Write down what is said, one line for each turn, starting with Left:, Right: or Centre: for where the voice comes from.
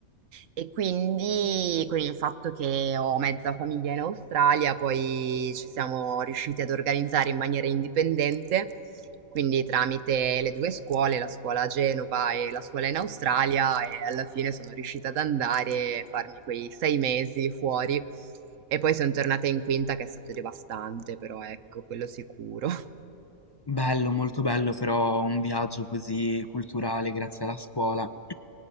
Right: E quindi con il fatto che ho mezza famiglia in Australia, poi ci siamo riusciti ad organizzare in maniera indipendente, quindi tramite le due scuole, la scuola a Genova e la scuola in Australia, e alla fine sono riuscita ad andare e farmi quei sei mesi fuori. E poi sono tornata in quinta, che è stato devastante, però ecco, quello sicuro. <laughs>
Left: Bello, molto bello però un viaggio così culturale grazie alla scuola. <clears throat>